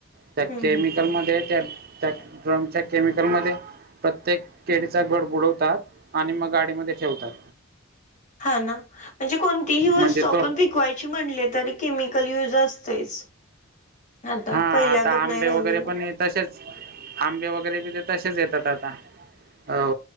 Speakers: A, on the right (about 50°); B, on the left (about 40°).
A: त्या
B: हम्म
A: केमिकलमध्ये
B: हम्म
A: त्या त्या ड्रमच्या केमिकलमध्ये प्रत्येक केडीचा घड बुडवतात आणि मग गाडीमध्ये ठेवतात.
B: हा ना म्हणजे कोणतीही वस्तू
A: म्हणजे
B: आपण
A: तो
B: पीकवायची म्हणले तरी केमिकल युज असतेच. आता
A: हा
B: पहिल्यागत
A: आता आंबे
B: नाही राहिलेला
A: वगैरे पण ये तसेच आंबे वगैरे बी ते तसेच येतात आता हो